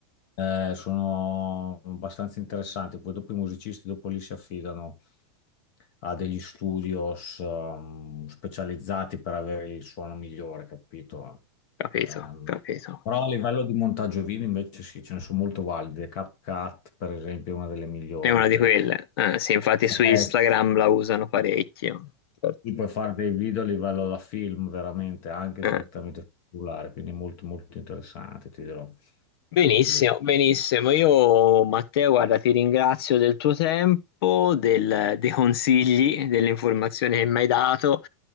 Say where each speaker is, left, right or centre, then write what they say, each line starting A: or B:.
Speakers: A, on the left (about 40°); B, on the left (about 60°).
A: Eh, sono abbastanza interessanti, poi dopo i musicisti dopo lì si affidano a degli studios ehm, specializzati per avere il suono migliore, capito?
B: Capito,
A: Ehm,
B: capito.
A: però a livello di montaggio video invece sì, ce ne sono molto valide. CapCut, per esempio, è una delle migliori
B: È una
A: che...
B: di quelle. Eh, sì, infatti su
A: Eh,
B: Instagram la usano parecchio. Certo.
A: Qui puoi fare dei video a livello da film, veramente, anche
B: Eh,
A: direttamente sul cellulare, quindi molto molto interessante, ti dirò.
B: Benissimo,
A: Poi lì, e
B: benissimo. Io, Matteo, guarda, ti ringrazio del tuo tempo, del- dei consigli, delle informazioni che mi hai dato.